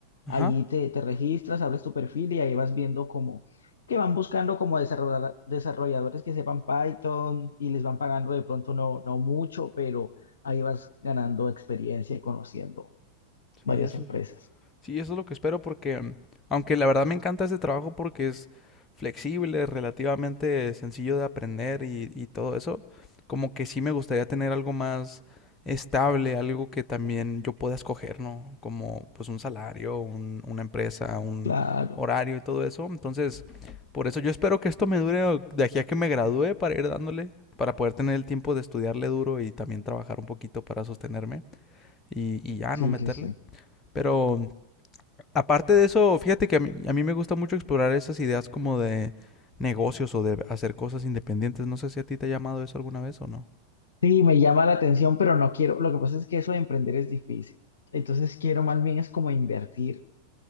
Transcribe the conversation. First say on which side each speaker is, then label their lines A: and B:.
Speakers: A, on the left; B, on the left.
A: Ajá,
B: allí te, te registras, abres tu perfil y ahí vas viendo como que van buscando como desarrollar- desarrolladores que sepan Python y les van pagando de pronto no, no mucho, pero ahí vas ganando experiencia y conociendo varias
A: sí, eso.
B: empresas.
A: Sí, eso es lo que espero porque, mm, aunque la verdad me encanta ese trabajo porque es flexible, relativamente sencillo de aprender y, y todo eso, como que sí me gustaría tener algo más estable, algo que también yo pueda escoger, ¿no? Como pues un salario, un- una empresa, un
B: Claro,
A: horario y todo eso. Entonces, por eso yo espero que esto me dure de aquí a que me gradúe para ir dándole, para poder tener el tiempo de estudiarle duro y también trabajar un poquito para sostenerme y, y ya
B: sí,
A: no meterle.
B: sí, sí.
A: Pero Aparte de eso, fíjate que a mí, a mí me gusta mucho explorar esas ideas como de negocios o de hacer cosas independientes. No sé si a ti te ha llamado eso alguna vez o no.
B: Sí, me llama la atención, pero no quiero. Lo que pasa es que eso de emprender es difícil. Entonces quiero más bien es como invertir,